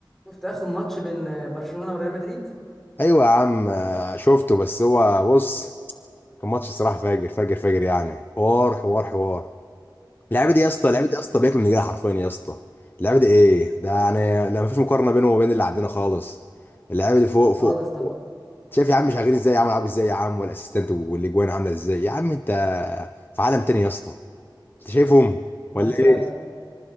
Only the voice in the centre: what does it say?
شفت اخر ماتش بين برشلونة وريال مدريد
امم
خالص
طبعا
والله
فعلا